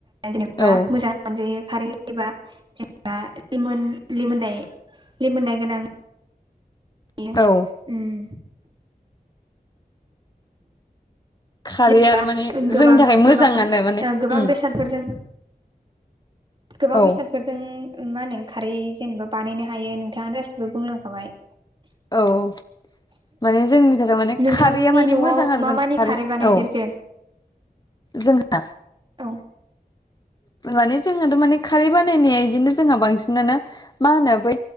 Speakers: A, on the right; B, on the left.
A: जेनेबा
B: औ
A: मोजां जायो खारै होयोबा जेनबा लिमोन लिमोननाय लिमोननाय गोनां यो उम
B: औ खारैया
A: जेनबा
B: आरो माने
A: गोबां
B: जोंनि थाखाय मोजाङानो
A: गोबां ओ
B: माने
A: गोबां
B: उम
A: बेसादफोरजों गोबां
B: औ
A: बेसाद बेफोरजों मा होनो खारै जेनेबा बानायनो हायो नोंथाङानो गासिबो बुंलांखाबाय।
B: औ माने जोंनि जान माने
A: नोंथांनि
B: खारैया माने
A: न'आव
B: मोजां आरो
A: मा
B: जों
A: मानि
B: खारै
A: बानायफेरखो
B: औ जोंहा
A: औ
B: फोर माने जोंनोथ' माने खारै बानायनाया बिदिनो जोंहा बांसिनानो मा होनो बै